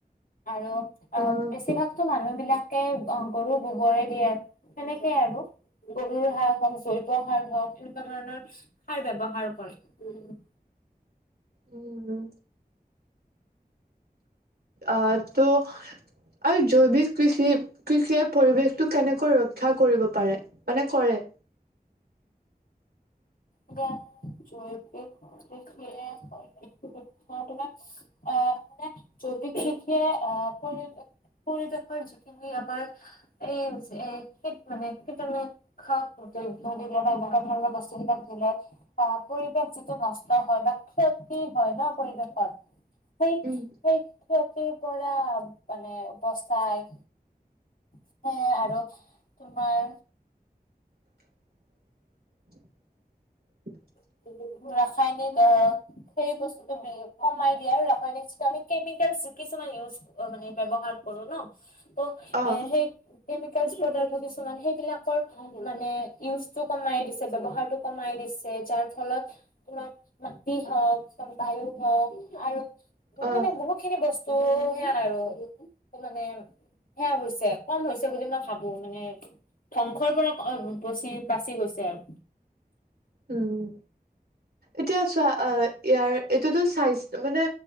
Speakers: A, on the left; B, on the right.
A: আৰু আ
B: অ',
A: বেছিভাগ তো মানুহ বিলাকে আ গৰু গোবৰে দিয়ে সেনেকেই আৰু। গৰুৰ সাৰ হওঁক, জৈৱ সাৰ হওঁক, এনেকুৱা ধৰণৰ সাৰ ব্যৱহাৰ কৰে, উম।
B: উম। আ টো আৰু জৈৱিক কৃষি-কৃষিয়ে পৰিবেশটো কেনেকৈ ৰক্ষা কৰিব পাৰে, মানে কৰে।
A: এতিয়া জৈৱিক কৃষিয়ে। <unintelligible> আ মানে জৈৱিক কৃষিয়ে আ পৰিৱেশ পৰিৱেশৰ যিখিনি আমাৰ এই যে শীত মানে <unintelligible> খাক দ্ৰব্য কেতিয়াবা এনেকুৱা ধৰণৰ বস্তুবিলাক কিলে, তাৰোপৰি বা যিটো নষ্ট হয় বা ক্ষতি হয় ন পৰিৱেশত সেই
B: উম,
A: সেই ক্ষতিৰ পৰা মানে বচাই। সেয়ে আৰু তোমাৰ
B: <inaudible>
A: <unintelligible> ৰাসায়নিক অ' সেই বস্তুতটো বি কমাই দিয়ে আৰু ৰাসায়নিক যিটো আমি কেমিকেল যি কিছুমান ইউজ অ', মানে ব্যৱহাৰ কৰো ন, ত
B: অ',
A: এ সেই কেমিকেলচ পদাৰ্থ কিছুমান, সেইবিলাকৰ মানে ইউজটো কমাই দিছে, ব্যৱহাৰটো কমাই দিছে, যাৰ ফলত তোমাৰ মাটি হওঁক, কিছুমান বায়ু হওঁক আৰু <unintelligible>
B: অ',
A: মানে বহুত খিনি বচ ত' সেয়াই আৰু এই মানে সেয়া হৈছে, কম হৈছে বুলি মই ভাবো মানে ধ্বংসৰ পৰা অ', ব-বছি বাচি গৈছে আৰু।
B: উম। এতিয়া চোৱা, অ', ইয়াৰ এইটোতো স্বাইছ মানে